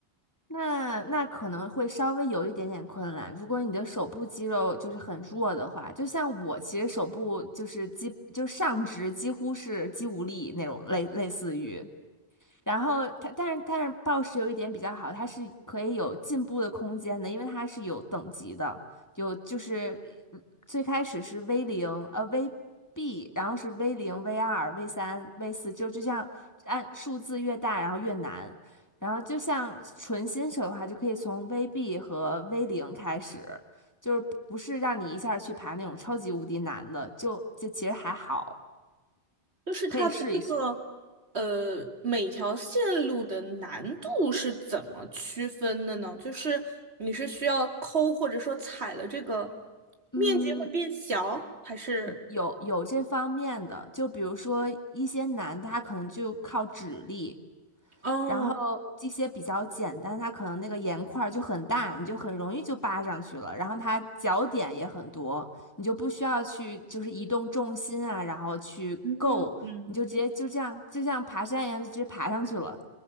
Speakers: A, on the left (about 15°); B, on the right (about 65°).
A: 那那可能会稍微有一点点困难。如果你的手部肌肉就是很弱的话，就像我其实手部就是肌，就是上肢几乎是肌无力那种类类似于。然后它，但是但是暴食有一点比较好，它是可以有进步的空间的，因为它是有等级的，有就是呃最开始是 V 零呃 VB，然后是 V 零 V 二 V 三 V 四，就就这样按数字越大，然后越难。然后就像纯新手的话，就可以从 VB 和 V 零开始，就是不是让你一下去爬那种超级无敌难的，就就其实还好，
B: 就是它的这个呃每条线路的难度是怎么区分的呢？
A: 可以试一试。
B: 就是你是需要抠或者说踩了这个
A: 嗯，
B: 面积会变小，还是
A: 有有这方面的，就比如说一些难的，他可能就靠指力，
B: 哦，
A: 然后这些比较简单，他可能那个盐块儿就很大，你就很容易就扒上去了，然后它脚点也很多，你就不需要去就是移动重心啊，然后去够，
B: 嗯嗯
A: 你就直接就这样，就像爬山一样，就直接爬上去了。